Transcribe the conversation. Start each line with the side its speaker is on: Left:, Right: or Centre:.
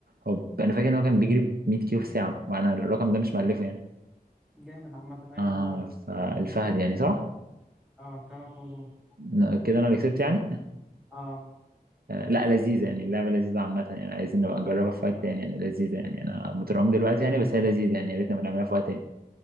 Right: هو ب- أنا فاكر إن هو كان بيجري ب 100 كيلو في الساعة وأنا الرقم ده مش مألفه يعني
Centre: جامد عامة ايوه
Right: آه
Centre: هو ده.
Right: فالفهد يعني صح؟
Centre: اه كلامك موزون
Right: ن- كده أنا اللي كسبت يعني
Centre: اه
Right: آه لأ لذيذة يعني اللعبة لذيذة عامة يعني عايزين نبقى
Centre: انا
Right: نجربها
Centre: انبسطت
Right: في
Centre: بصراحة
Right: وقت تاني يعني لذيذة يعني أنا مترعوب دلوقتي يعني بس هي لذيذة يعني يا ريت نبقى نعملها في وقت تاني